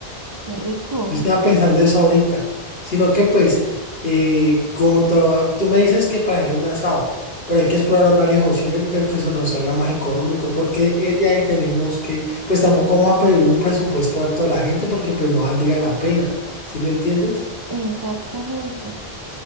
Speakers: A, on the right; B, on the left.
A: qué rico.
B: Yo estaba pensando eso ahorita, sino que pues, eh, como to- tú me dices que para hacer un asado, pero hay que explorar varias opciones de que se nos salga más económico, porque eh, de ahí tenemos que, pues tampoco vamos a pedir un presupuesto alto a la gente porque pues no valdría la pena, ¿sí me entiendes?
A: Exactamente.